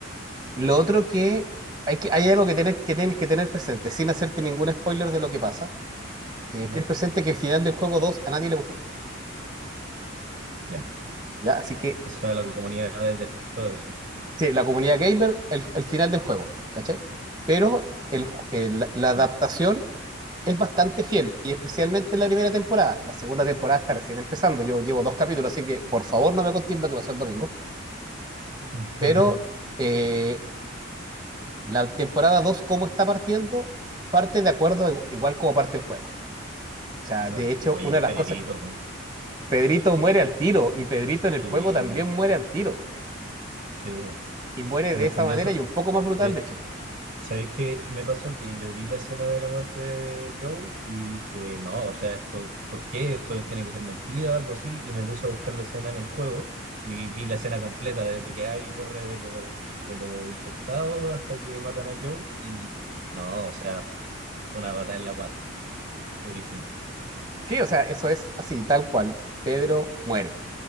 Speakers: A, on the right; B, on the right.
A: Lo otro que hay, que, hay algo que, tener, que tienes que tener presente, sin hacerte ningún spoiler de lo que pasa, eh,
B: ¿Ya?
A: ten presente que el final del juego 2 a nadie le gustó,
B: Ya.
A: ¿ya? Así que
B: O sea, la comunidad de de todo eso.
A: sí, la comunidad gamer, el, el final del juego, ¿cachai? Pero el- el- la adaptación
B: Ya.
A: es bastante fiel, y especialmente en la primera temporada. La segunda temporada está recién empezando, yo llevo dos capítulos, así que por favor no me contéis lo que pasó el domingo.
B: <laughs>
A: Pero eh, la temporada dos ¿cómo está partiendo? Parte de acuerdo a- igual como parte el juego. O sea,
B: Claro.
A: de hecho,
B: Oye,
A: una
B: qué
A: de
B: Pedrito,
A: las cosas,
B: tú.
A: Pedrito muere al tiro, y Pedrito en
B: Sí,
A: el juego también muere al tiro,
B: sí, bo.
A: y muere
B: tengo
A: de
B: entendido
A: esa manera
B: eso.
A: y un poco más brutal,
B: De,
A: de hecho.
B: ¿sabéis qué me pasó? Que yo vi la escena de la muerte de Joel y dije, no, o sea, esto, ¿por qué? Esto tiene que ser mentira, algo así. Y me puse a buscar la escena en el juego y vi la escena completa, desde que Abby corre de los de los infectados hasta que matan a Joel. Y no, o sea, una batalla en la guata, durísimo.
A: Sí, o sea, eso es así, tal cual. Pedro muere.